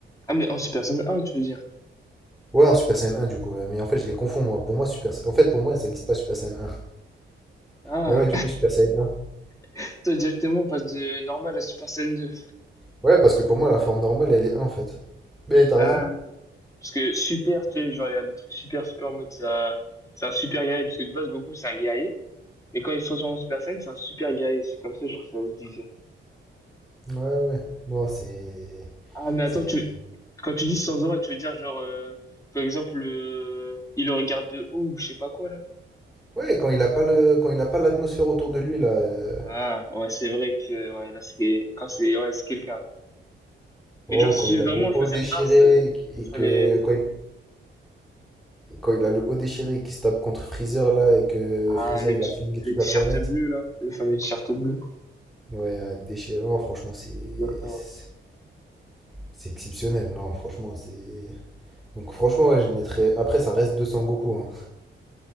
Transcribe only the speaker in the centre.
Ouais, en Super Saiyan 1 du coup, ouais, mais en fait je les confonds moi. Pour moi, Super Sa- En fait, pour moi, ça n'existe pas Super Saiyan 1.
Mais ouais, du coup, Super Saiyan 1.
Ouais, parce que pour moi, la forme normale, elle est 1 en fait. Mais t'as
raison.
Ouais, ouais. Non, c'est.
C'est.
Ouais, quand il a pas le... quand il a pas l'atmosphère autour de lui, là. euh,
Oh,
quand il
a
le
haut déchiré
et qu-
et que
quand il, quand il a le haut déchiré et qu'il se tape contre Freezer là et que
Freezer
il
a flingué toute
la
planète.
Ouais, euh, déchirant, franchement, c'est
c'est c'est exceptionnel. Non, franchement, c'est Donc franchement, ouais, je mettrais après ça reste 200 Goku. hein.